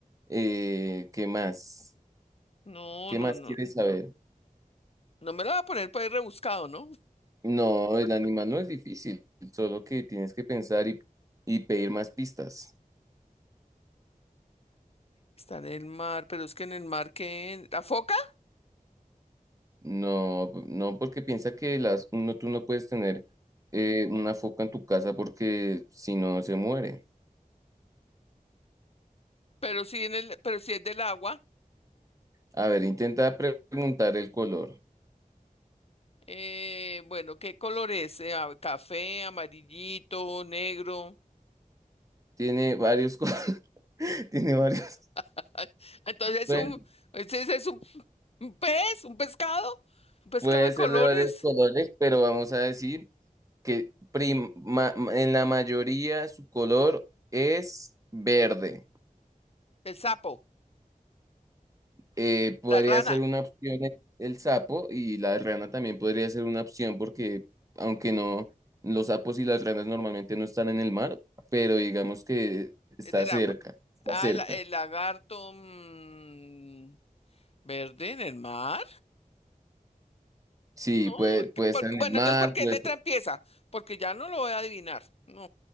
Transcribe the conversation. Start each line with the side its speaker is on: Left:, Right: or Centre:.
Right: Eh, ¿qué más?
Left: no,
Right: ¿Qué
Left: no,
Right: más
Left: no.
Right: quieres saber?
Left: No me lo va a poner para ir rebuscado, ¿no?
Right: No, el animal no es difícil, solo que tienes que pensar y, y pedir más pistas.
Left: Está en el mar, pero es que en el mar que la foca,
Right: No, no, porque piensa que las, uno, tú no puedes tener eh, una foca en tu casa porque si no se muere.
Left: pero sí en el, pero sí es del agua.
Right: A ver, intenta pre- preguntar el color.
Left: Eh, bueno, ¿qué color es? Eh, a- café, amarillito, negro.
Right: Tiene varios colores, <laughs> tiene varios,
Left: Ah, Entonces es
Right: puede,
Left: un, ese ese es un, un pez, un pescado, un pescado
Right: puede
Left: de
Right: ser
Left: colores.
Right: de varios colores, pero vamos a decir que prim- ma- en la mayoría su color es verde.
Left: El sapo,
Right: Eh, podría
Left: la rana,
Right: ser una opción el, el sapo y la rana también podría ser una opción porque aunque no, los sapos y las ranas normalmente no están en el mar, pero digamos que está
Left: es del
Right: cerca,
Left: agua.
Right: está
Left: Ah,
Right: cerca.
Left: la- el lagarto mm, verde en el mar.
Right: Sí,
Left: No,
Right: puede, puede
Left: que por-
Right: estar en
Left: bueno,
Right: el mar,
Left: entonces, ¿por qué
Right: pues
Left: letra empieza? Porque ya no lo voy a adivinar. No,